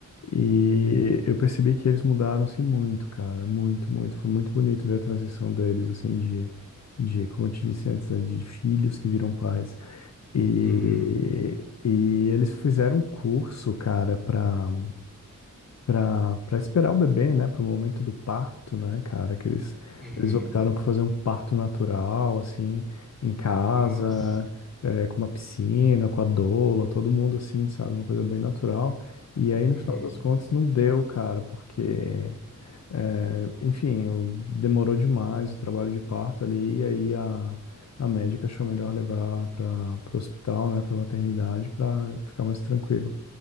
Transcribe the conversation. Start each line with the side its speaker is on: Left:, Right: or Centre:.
Left: E eu percebi que eles mudaram assim muito, cara, muito, muito. Foi muito bonito ver a transição deles assim de, de como eu te disse antes, né, de filhos que viram pais. E,
Centre: Uhum,
Left: e eles fizeram um curso, cara, pra para pra esperar o bebê, né, para o momento do parto, né, cara, que eles,
Centre: uhum.
Left: eles optaram por fazer um parto natural, assim, em casa,
Centre: Nossa.
Left: é, com uma piscina, com a doula, todo mundo assim, sabe, uma coisa bem natural. E aí, no
Centre: Uhum,
Left: final das contas, não deu, cara, porque, é, enfim, o- demorou demais o trabalho de parto ali, e aí a, a médica achou melhor levar para o hospital, né, pra maternidade, para ficar mais tranquilo.